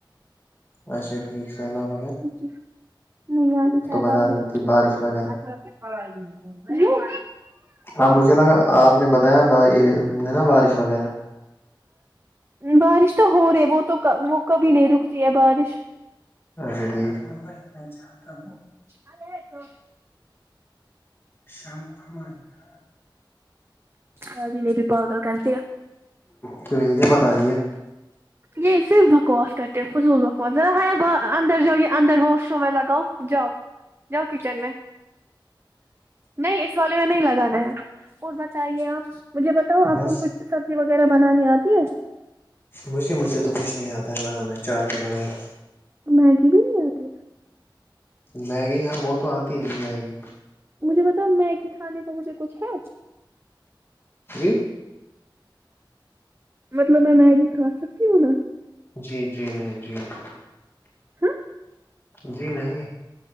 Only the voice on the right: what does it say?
جی نہیں یہاں سے سب
پڑ ہو
بارش تو ہو رہی وہ تو وہ کبھی نہیں رکتی ہے بارش
الاں تو
اور ج نہیں بھی پاغل کر پ کیا
یہ صرف بکواس کرتے فضول بکوس ذرا ہےب اندر جو یہ اندر واش میں لگاؤ جاؤ جاؤ کچن میں نہیں اس والے میں نہیں لگانا ہے اور بتائیے آپ مجھے بت ت ہوں آپ
کو کچھ سبزی وغیرہ بنانی آتی ہے
میگی بھی نہیں آتی
مجھے بتاؤ میگی کھانے پہ مجھے کچھ ہے
مطلب میں میگی کا سکتی ہنا
ہاں